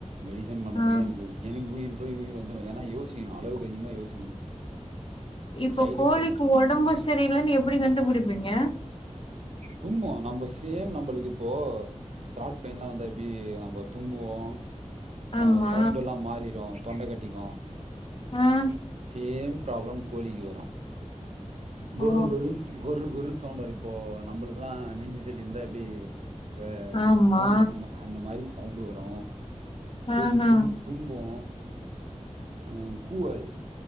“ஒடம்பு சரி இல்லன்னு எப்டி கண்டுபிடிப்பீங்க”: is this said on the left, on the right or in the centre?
Left